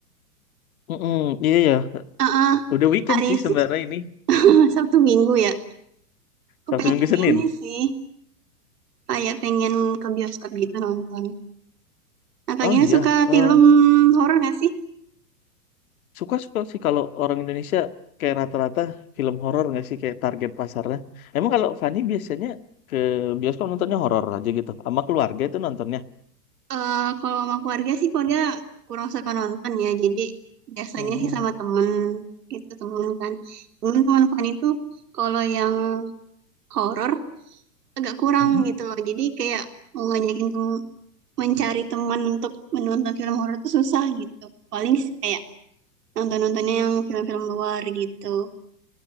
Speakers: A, on the left; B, on the right.
A: Mm-mm, iya ya.
B: Eh, eh,
A: Udah weekend
B: hari
A: sih
B: <clears throat>
A: sebenarnya
B: <laughs>
A: ini.
B: Sabtu Minggu ya. Aku
A: Sabtu
B: pengen
A: Minggu Senin.
B: ini sih, kayak pengen ke bioskop gitu nonton. Nah Kak
A: Oh
B: Gena
A: iya.
B: suka
A: eh,
B: film horor nggak sih?
A: Suka-suka sih kalau orang Indonesia kayak rata-rata film horor nggak sih kayak target pasarnya. Emang kalau Fani biasanya ke bioskop nontonnya horor aja gitu, sama keluarga itu nontonnya.
B: Eh, kalau sama keluarga sih keluarga kurang suka nonton ya. Jadi biasanya
A: Hmm.
B: sih sama temen itu temen kan. Temen teman Fanny itu kalau yang horor agak kurang
A: Hmm.
B: gitu loh. Jadi kayak mau ngajakin tem- mencari teman untuk menonton film horor itu susah gitu. Paling sih kayak nonton-nontonnya yang film-film luar gitu.